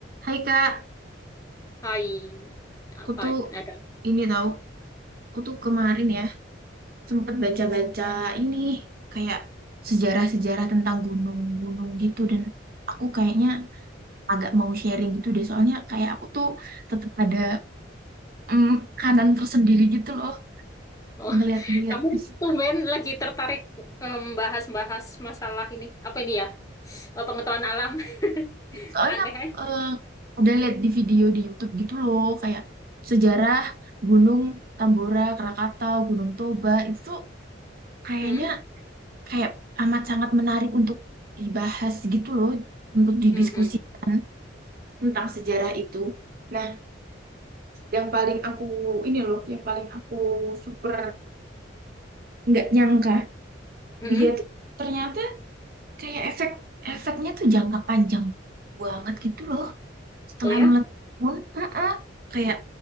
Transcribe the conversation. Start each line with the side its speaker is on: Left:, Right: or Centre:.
Right: Hai Kak,
Left: Hai,
Right: aku
Left: apa
Right: tuh
Left: ada?
Right: ini tahu, aku tuh kemarin ya sempet baca-baca ini kayak sejarah-sejarah tentang gunung-gunung gitu dan aku kayaknya agak mau sharing gitu deh soalnya kayak aku tuh tetap ada mm, kanan tersendiri gitu loh
Left: Oh,
Right: ngelihat-ngelihat.
Left: <laughs> kamu
Right: <laughs>
Left: tumben lagi tertarik em, bahas-bahas masalah ini. Apa ini ya? Eh, pengetahuan alam. <laughs>
Right: Soalnya
Left: Aneh
Right: aku
Left: kan?
Right: eh, udah lihat di video di YouTube gitu loh kayak sejarah Gunung Tambora, Krakatau, Gunung Toba itu tuh kayaknya
Left: Hmm?
Right: kayak amat sangat menarik untuk dibahas gitu loh, untuk didiskusikan
Left: Hmm, hmm,
Right: tentang sejarah itu. Nah, yang paling aku ini loh, yang paling aku super nggak nyangka,
Left: hmm.
Right: dia tuh ternyata kayak efek efeknya tuh jangka panjang banget gitu loh. Setelah
Left: Oh ya?
Right: meletus pun, heeh, kayak